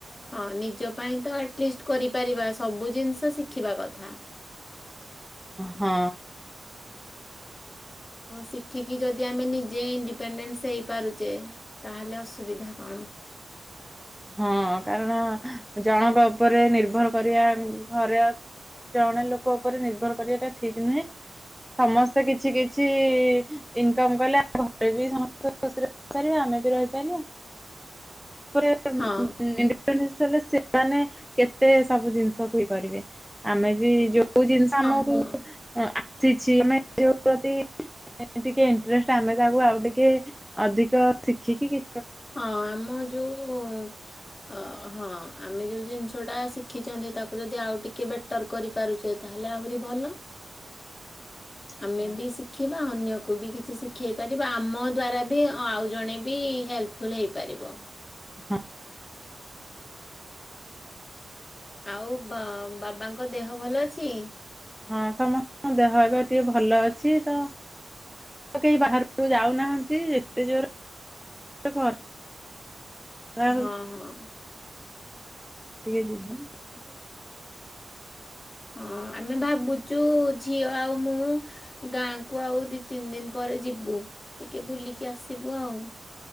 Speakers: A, on the left; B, in the centre.
A: ହଁ ନିଜ ପାଇଁ ତ ଆଟଲିଷ୍ଟ କରିପାରିବା ସବୁ ଜିନିଷ ଶିଖିବା କଥା।
B: ହଁ।
A: ଓଉ ଶିଖିକି ଯଦି ଆମେ ନିଜେ ଇଣ୍ଡିପେଣ୍ଡେଣ୍ଟ ହେଇପାରୁଛେ ତାହେଲେ ଅସୁବିଧା କଣ?
B: ହଁ କାରଣ ଜଣଙ୍କ ଉପରେ ନିର୍ଭର କରିବା ଘରେ ଜଣେ ଲୋକ ଉପରେ ନିର୍ଭର କରିବାଟା ଠିକ ନୁହେଁ ସମସ୍ତେ କିଛି କିଛି ଇନକମ କଲେ ଆ ଘରେ ବି ସମସ୍ତେ ଖୁସିରେ ରହିପାରିବା ଆମେ ବି ରହିପାରିବା। <unintelligible>
A: ହଁ
B: ଷଲେ ସେମାନେ କେତେ ସବୁ ଜିନିଷକୁ ଇଏ କରିବେ ଆମେ ବି ଯ ସୋଉ ଜିନିଷ
A: ହଁ
B: ଆମକୁ
A: ହଁ
B: ଆସିଛି ଆମେ ଯଉ ପ୍ରତି ଟିକେ ଇଣ୍ଟରେଷ୍ଟ ଆମେ ତାକୁ ଆଉ ଟିକେ ଅଧିକ ଶିଖିକି କି
A: ହଁ ଆମ ଯୋଉ ଅ ହଁ ଆମେ ଯୋଉ ଜିନିଷ ଟା ଶିଖିଛନ୍ତି ତାକୁ ଯଦି ଆଉ ଟିକେ ବେଟର କରି ପାରୁଛେ ତାହେଲେ ଆହୁରି ଭଲ ଆମେ
B: ହଁ।
A: ବି ଶି ଶିଖିବା ଅନ୍ୟକୁ ବି କିଛି ଶିଖେଇ ପାରିବା ଆମ ଦ୍ୱାରା ବି ଆଉ ଜଣେ ବି ହେଲ୍ପ ଫୁଲ ହେଇ ପାରିବ।
B: ହଁ।
A: ଆଉ ବା ବାବାଙ୍କ ଦେହ ଭଲ ଅଛି?
B: ହଁ ସମସ୍ତଙ୍କ ଦେହ ଏବେ ଟିକେ ଭଲ ଅଛି ତ। କେହି ବାହାରକୁ ଯାଉନାହାନ୍ତି ଯେତେ ଜୋର
A: ହଁ ହଁ
B: <unintelligible> <unintelligible> <inaudible>
A: ହଁ ଆମେ ଭାବୁଚୁ ଝିଅ ଆଉ ମୁଁ ଗାଁକୁ ଆଉ ଦି ତିନି ଦିନ ପରେ ଯିବୁ ଟିକେ ବୁଲିକି ଆସିବୁ ଆଉ।